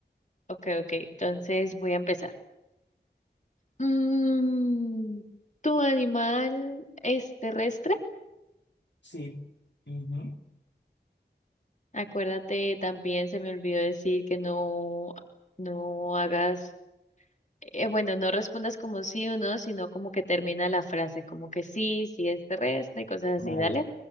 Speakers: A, on the left; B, on the left.
A: Ok, ok, entonces voy a empezar. Mm, ¿tu animal es terrestre?
B: sí. ujú,
A: Acuérdate, también se me olvidó decir que no, no hagas eh, bueno, no respondas como sí o no, sino como que termina la frase, como que sí, sí es terrestre y cosas
B: Vale,
A: así, dale.